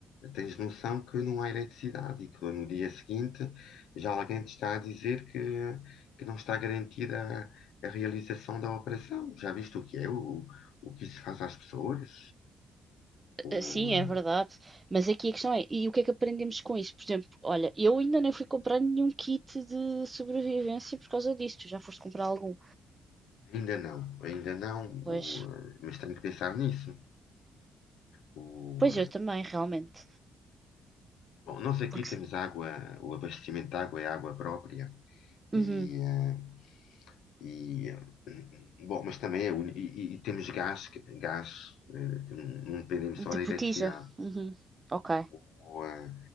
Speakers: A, on the left; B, on the right.
A: tens noção que não há eletricidade e que no dia seguinte já alguém te está a dizer que, que não está garantida a, a realização da operação. Já viste o que é, o, o que isso faz às pessoas? O-
B: Ah, Sim, é verdade. Mas aqui a questão é, e o que é que aprendemos com isso? Por exemplo, olha, eu ainda nem fui comprar nenhum kit de sobrevivência por causa disso. Tu já foste comprar algum?
A: ainda não, ainda não,
B: Pois,
A: o, eh, mas tenho que pensar nisso. O,
B: pois eu também, realmente.
A: Bom, nós aqui
B: Porque,
A: temos água, o abastecimento de água é água própria
B: uhum,
A: e, eh, e, eh, bom, mas também é uni- e, e- e temos gás, que- gás, eh, que não não dependemos
B: de
A: só da
B: botija.
A: eletricidade.
B: Uhum. Ok.
A: O, eh,